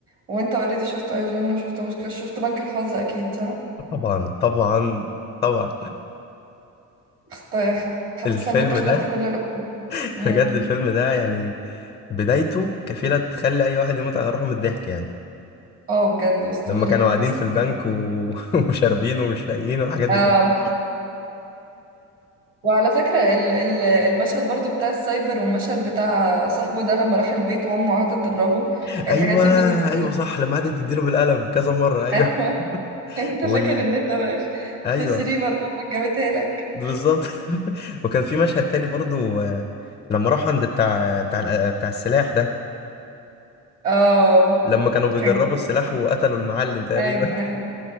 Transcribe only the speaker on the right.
وانت اوريدي شفت ايجون وشفت بوشكاش شفت بنك الحظ اكيد صح
اخت- حاسة
ان انت اخترت
كل الأفلام
امم
اه بجد اسطوري
اسطوري
اه
وعلى فكرة ال ال المشهد برضو بتاع السايبر والمشهد بتاع صاحبه ده لما راح البيت وامه قعدت تضربه
الحاجات دي بجد بتفكر
فيها.
ايوه <laughs> انت
فاكر ان انت واقف
في الجريمة اللي امك جابتها لك
اه
كان جامد.
ايوه ايوه